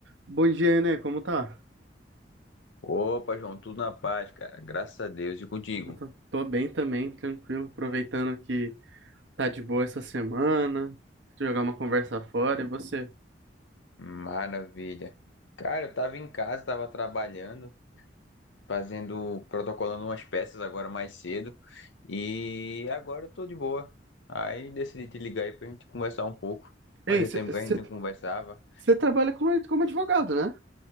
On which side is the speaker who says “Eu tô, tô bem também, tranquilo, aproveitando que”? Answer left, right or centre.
Right